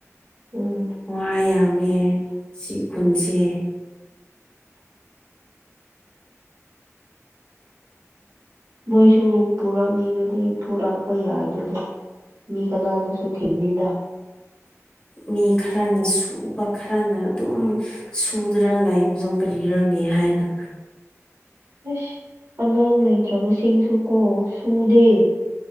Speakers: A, on the right; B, on the left.
A: ꯎꯝ
B: ꯋꯥ ꯌꯥꯝꯃꯦ ꯁꯤ ꯈꯨꯟꯁꯦ
A: ꯃꯣꯏꯁꯨ ꯄꯨꯔꯛꯅꯤꯡꯉꯗꯤ ꯄꯨꯔꯛꯄ ꯌꯥꯏꯗꯨꯅ ꯃꯤ ꯀꯅꯥꯅꯁꯨ ꯊꯤꯡꯂꯤꯅ
B: ꯃꯤ ꯈꯔꯅ ꯁꯨꯕ ꯈꯔꯅ ꯑꯗꯨꯝ ꯁꯨꯗ꯭ꯔ ꯂꯩꯕꯗꯣ ꯀꯔꯤꯔꯅꯤ ꯍꯥꯏꯅ
A: <inaudible> ꯑꯁ ꯑꯉꯥꯡ ꯂꯩꯇ꯭ꯔꯕꯁꯤꯡꯁꯨ ꯀꯣ ꯁꯨꯗꯦ